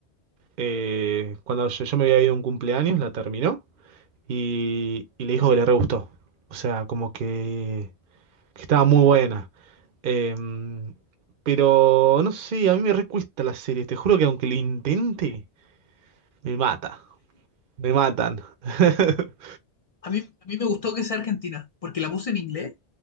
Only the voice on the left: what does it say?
A mí, a mí me gustó que sea Argentina, porque la puse en inglés,